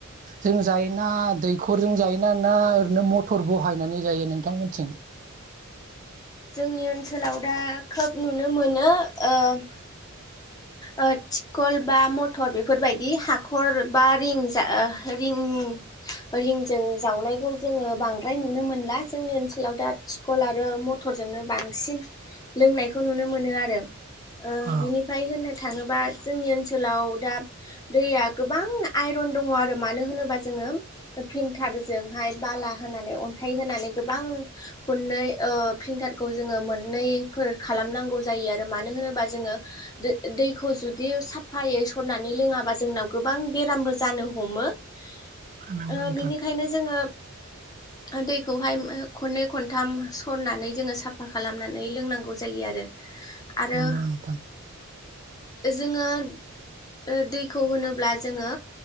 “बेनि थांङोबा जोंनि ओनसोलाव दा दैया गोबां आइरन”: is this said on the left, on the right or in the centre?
Left